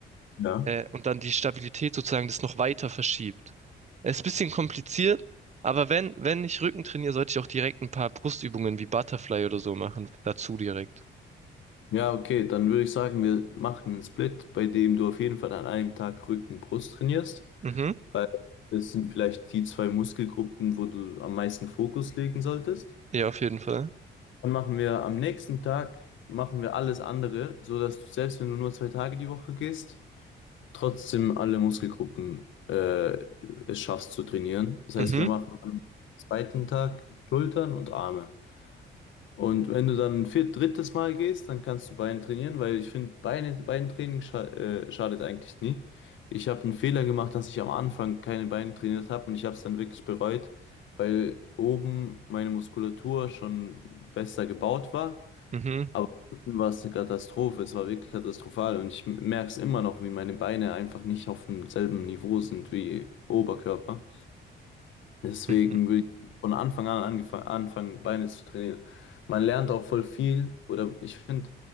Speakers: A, on the left; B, on the right.
A: Ja.
B: äh, und dann die Stabilität sozusagen das noch weiter verschiebt. Es ist ein bisschen kompliziert, aber wenn, wenn ich Rücken trainiere, sollte ich auch direkt ein paar Brustübungen wie Butterfly oder so machen, dazu direkt.
A: Ja, okay, dann würde ich sagen, wir machen einen Split, bei dem du auf jeden Fall an einem Tag Rücken, Brust trainierst,
B: Mhm.
A: weil das sind vielleicht die zwei Muskelgruppen, wo du am meisten Fokus legen solltest.
B: Ja, auf jeden Fall.
A: Dann machen wir am nächsten Tag, machen wir alles andere, so dass du selbst wenn du nur zwei Tage die Woche gehst, trotzdem alle Muskelgruppen äh, es schaffst zu trainieren. Das
B: Mhm.
A: heißt, wir machen am zweiten Tag Schultern und Arme. Und wenn du dann ein viert, drittes Mal gehst, dann kannst du Beine trainieren, weil ich finde, Beine, Beintraining scha äh, schadet eigentlich nie. Ich habe einen Fehler gemacht, dass ich am Anfang keine Beine trainiert habe und ich habe es dann wirklich bereut, weil oben meine Muskulatur schon besser gebaut war,
B: Mhm.
A: aber unten war es eine Katastrophe, es war wirklich katastrophal und ich merke es immer noch, wie meine Beine einfach nicht auf demselben Niveau sind wie Oberkörper. Deswegen
B: Mhm.
A: will ich von Anfang an angefangen, anfangen, Beine zu trainieren. Man lernt auch voll viel oder ich finde,